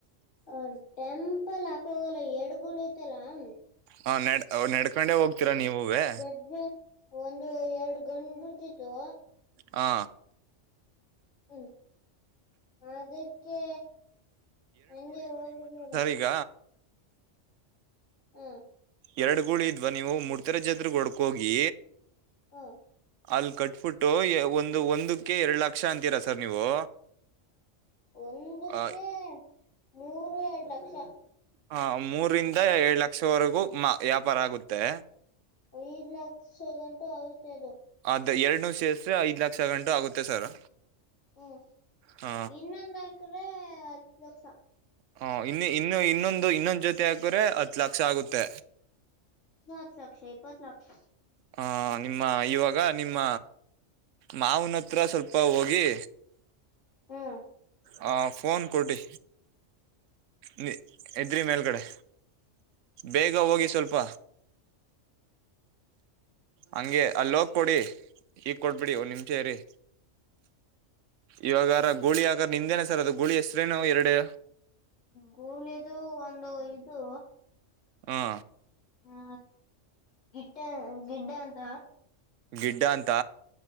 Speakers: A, on the left; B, on the right.
A: ಒ ಟೆಂಪಲ್ ಹಾಕೋಗಲ್ಲ ಎಡ್ಗೂಳಿ ಐತೆಲ್ಲ ಹ.
B: ಹಾ ನೆಡ್ ಅವ್ ನಡ್ಕೊಂಡೆ ಹೋಗ್ ಗ್ತೀರ ನೀವುವೆ.
A: ಎಜ್ಜೆ ಒಂದು ಎರಡು ಗಂಡುಟಿತ್ತು.
B: ಹಾ
A: ಹ್ಮ್ ಅದಕ್ಕೆ ಹಂಗೆ ಹೋಗಿದೀವಿ ಇವಾಗ.
B: ಇಗ.
A: ಹ್ಮ
B: ಎರಡ್ ಗೂಳಿ ಇದ್ವಾ ನೀವು ಮೂಡ್ಕೆರೆ ಜಾತ್ರೆಗ್ ಹೊಡ್ಕೋಗಿ.
A: ಹಾ
B: ಅಲ್ಲಿ ಕಟ್ಬಿಟ್ಟು ಒಂದು ಒಂದಕ್ಕೆ ಎರಡು ಲಕ್ಷ ಅಂತೀರಾ ಸರ್ ನೀವು.
A: ಒಂದಕ್ಕೆ
B: ಆ,
A: ಮೂರು ಎರಡ್ ಲಕ್ಷ.
B: ಹ ಮೂರಿಂದ ಎರಡ್ ಲಕ್ಷವರೆಗೂ ಮ ವ್ಯಾಪಾರ ಆಗುತ್ತೆ.
A: ಐದ್ ಲಕ್ಷ ಗಂಟ ಆಗುತ್ತೆ ಅದು.
B: ಅದೆ ಎರಡ್ನು ಸೇಸ್ರೆ ಐದ್ ಲಕ್ಷ ಗಂಟು ಆಗುತ್ತೆ ಸರ್.
A: ಹ್ಮ್
B: ಹ
A: ಇನ್ನೊಂದಾಕ್ರೆ ಹತ್ತು ಲಕ್ಷಾ.
B: ಹಾ ಇನ್ನು ಇನ್ನು ಇನ್ನೊಂದು ಇನ್ನೊಂದ್ ಜೊತೆ ಹಾಕ್ರೆ ಹತ್ ಲಕ್ಷ ಆಗುತ್ತೆ.
A: ಇನ್ನ ಹತ್ ಲಕ್ಷ ಇಪ್ಪತ್ ಲಕ್ಷ.
B: ಹ ನಿಮ್ಮ ಇವಾಗ ನಿಮ್ಮ ಮಾವ್ನ ಹತ್ರ ಸ್ವಲ್ಪ ಹೋಗಿ.
A: ಹ್ಮ್
B: ಹ ಫೋನ್ ಕೊಡಿ. ನಿ ಎದ್ರಿ ಮೇಲ್ಗಡೆ ಬೇಗ ಹೋಗಿ ಸ್ವಲ್ಪ. ಹಂಗೆ ಅಲ್ಲೋಗ ಕೊಡಿ ಈಗ್ ಕೊಡ್ಬಿಡಿ ಒಂದ ನಿಂಶ ಇರಿ. ಇವಾಗಾರ ಗೂಳಿ ಆಗಾರ ನಿಮ್ದೇನಾ ಸರ್ ಅದು ಗೂಳಿ ಎಸ್ರೇನು ಎರಡು.
A: ಗೂಳಿದು ಒಂದು ಇದು.
B: ಹಾ
A: ಹಾ ಗಿಟ್ಟ ಗಿಡ್ಡ ಅಂತ.
B: ಗಿಡ್ಡ ಅಂತ